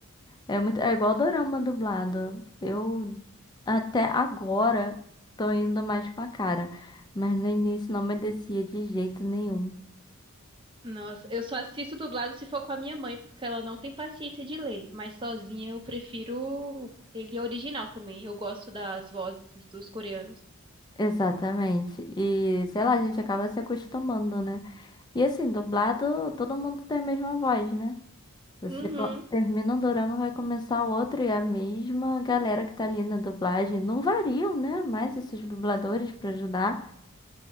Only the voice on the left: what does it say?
É muito, é igual
dorama dublado. Eu até agora tô indo mais com a cara, mas no início não me descia de jeito nenhum.
Exatamente. E sei lá, a gente acaba se acostumando, né? E assim, dublado, todo mundo tem a mesma voz, né? Você
co- termina um dorama, vai começar outro e é a mesma galera que tá ali na dublagem. Não variam, né? Mais esses dubladores pra ajudar.